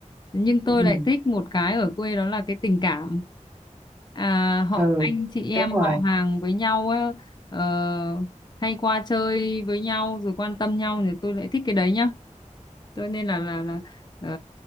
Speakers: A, on the left; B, on the right.
A: nhưng tôi
B: Ừ.
A: lại thích một cái ở quê đó là cái tình cảm à, họ
B: Ừ,
A: anh chị em
B: đúng rồi
A: họ hàng với nhau ấy, ờ, hay qua chơi với nhau rồi quan tâm nhau thì tôi lại thích cái đấy nhá tôi nên là là là ờ,